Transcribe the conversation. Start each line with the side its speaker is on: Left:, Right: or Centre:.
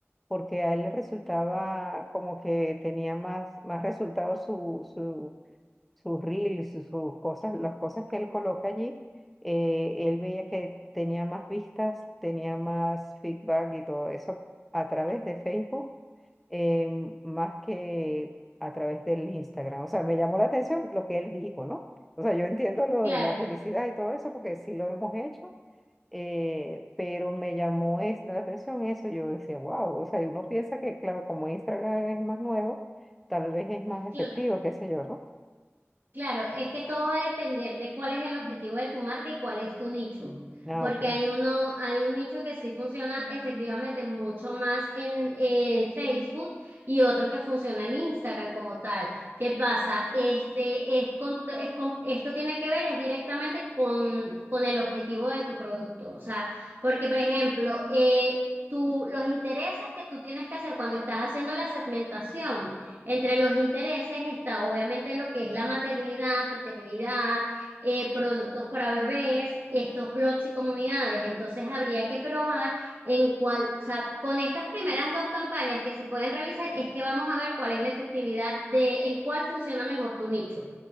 Centre: porque a él le resultaba como que tenía más, más resultados su, su, sus reels, sus, sus cosas, las cosas que él coloca allí. eh, él veía que tenía más vistas, tenía más feedback y todo eso a través de Facebook em, más que a través del Instagram. O sea, me llamó la atención lo que él dijo, ¿no? O sea, yo entiendo lo
Right: Claro,
Centre: de la publicidad y todo eso porque sí lo hemos hecho, eh, pero me llamó es- la atención eso. Yo decía, wow, o sea, y uno piensa que, claro, como Instagram es más nuevo, tal vez es más efectivo,
Right: claro.
Centre: qué sé yo, ¿no?
Right: Claro, es que todo va a depender de cuál es el objetivo de tu marca y cuál es tu nicho,
Centre: Ah,
Right: porque
Centre: ok,
Right: hay uno, hay un nicho que sí funciona efectivamente mucho más en eh, Facebook y otro que funciona en Instagram como tal. ¿Qué pasa? Este es con- es con- esto tiene que ver es directamente con, con el objetivo de tu producto, o sea, porque por ejemplo, eh, tú- los intereses que tú tienes que hacer cuando estás haciendo la segmentación. Entre los intereses está obviamente lo que es la maternidad, paternidad, eh, productos para bebés, estos blogs y comunidades. Entonces habría que probar en cuál, o sea, con estas primeras dos campañas que se pueden realizar es que vamos a ver cuál es la efectividad de en cuál funciona mejor tu nicho.